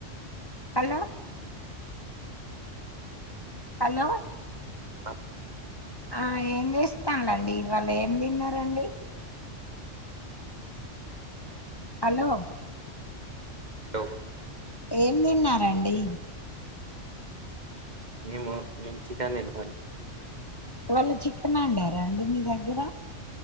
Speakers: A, on the left; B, on the right.
A: హలో హలో
B: అ
A: ఆ ఏం చేస్తాలేండి ఇవాళ ఏం తిన్నారండి హలో
B: లో
A: ఏం తిన్నారండి
B: మేమ మేము చికెన్ తిన్నామండి
A: ఇవాళ్ళ చికెన్ వండారా అండి మీ దగ్గర